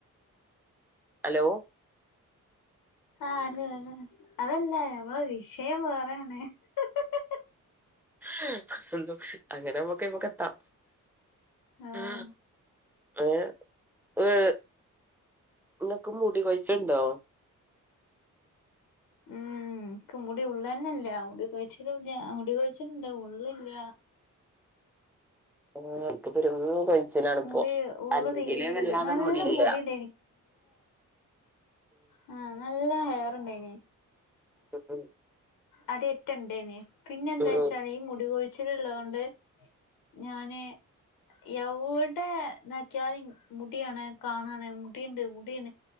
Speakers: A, in the centre; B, on the left.
A: ഹലോ
B: ആ അലോ അങ്ങനെ അതല്ല മ്മളെ വിഷയം വേറാണ് <unintelligible>
A: <unintelligible> അങ്ങനമ്മക്കയ്മക്കെത്താം
B: ആഹ്
A: ആ അവ് വ് ങ്ങക്ക് മുടി കൊഴിച്ചുണ്ടോ?
B: ഉം... ഉം. ക്ക് മുടി ഉള്ളെന്നെല്ല മുടിക്കൊഴിച്ച്ലൂം ല്ല മുടികൊഴിച്ച്ല്ണ്ട് ഉള്ളില്ല
A: ആ... ക്ക് പെരും പ നിഛലാപ്പൊ
B: മുടി ഉള്ള്
A: അല്ലെങ്കില്
B: തീരില്ല
A: വല്ലാതെമുടില്ല.
B: നല്ല മുടിണ്ട് ആ... നല്ല ഹെയറ് ണ്ടേയ്നീ..
A: ഉം ഉം
B: അദ്യത്തെണ്ടേന് പിന്നെന്താ വെച്ചാല്
A: ഉം
B: ഈ മുടി കുഴിച്ചിലുള്ളോണ്ട് ഞാന്... എവ്ടെ ന്നോക്ക്യാലും മുടികാണാണ് മുടിണ്ട് മുടെണ്